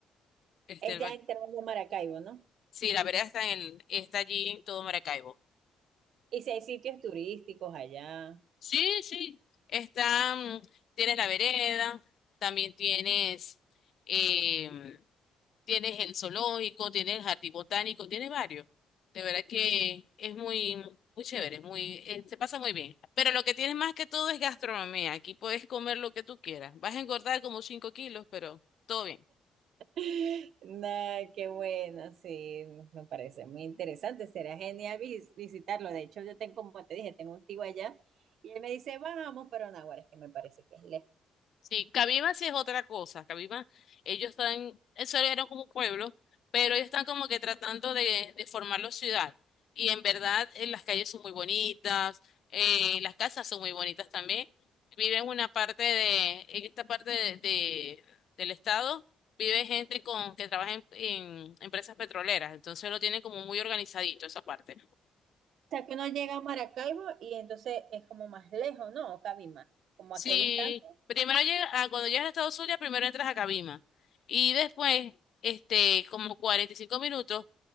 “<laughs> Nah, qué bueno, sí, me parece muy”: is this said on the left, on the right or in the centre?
Right